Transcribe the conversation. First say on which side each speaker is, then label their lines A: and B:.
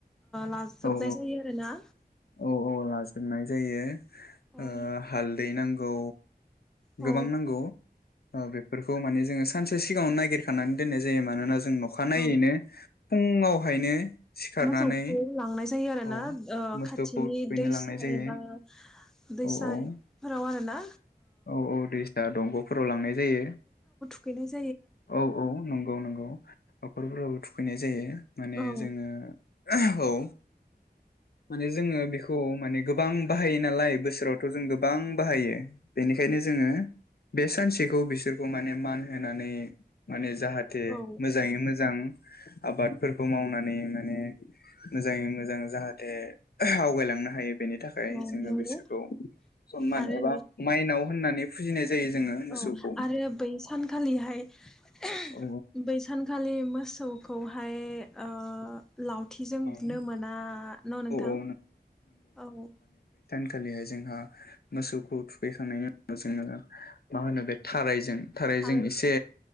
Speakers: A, in the centre; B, on the left.
A: लाजोबनाय
B: औ
A: जायो आरोना
B: औ औ लाजोबनाय जायो आ
A: औ
B: हाल दै नांगौ
A: औ
B: गोबां नांगौ ओ बेफोरखौ माने जोङो सानसे सिगाङाव नायगिरखानानै दोननाय जायो मानोना जा जों अखानायैनो
A: औ
B: फुङावहायनो सिखारनानै
A: मोसौखौ लांनाय जायो आरो
B: औ
A: ना ओ ओ
B: मोसौखौ
A: खाथिनि
B: थुखैनो
A: दैसा
B: लांनाय जायो
A: एबा दैसाफोराव
B: औ औ
A: आरो ना
B: औ औ दैसा दंग'फोराव लांनाय जायो
A: बेनो
B: औ औ नंगौ नंगौ हाखरफोराव थु फैनाय जायो माने
A: औ
B: जोङो औ माने जोङो बेखौ माने गोबां बाहायो नालाय बोसोरावथ' जों गोबां बाहायो बेनिखायनो जोङो बे सानसेखौ बिसोरखौ माने मान होनानै माने जाहाथे
A: औ
B: मोजाङै मोजां आबादफोरखौ मावनानै माने मोजाङै मोजां जाहा ए आवगायलांनो हायो बेनि थाखाय
A: औ
B: जोङो बिसोरखौ
A: नंगौ
B: सनमान
A: आरो
B: एबा माइनाव होननानै फुजिनाय जायो जोङो मोसौखौ
A: औ आरो बै सानखालिहाय <unintelligible>
B: औ
A: बैसानखालि मो सौखौहाय ओ लावथिजों
B: औ
A: बुनो मोना न' नोंथां
B: औ औ
A: औ
B: खालिहाय जोंहा मोसौखौ थुखैखांनायनि उनाव जोङो मा होनो बे थारायजों थारै
A: थार
B: जों एसे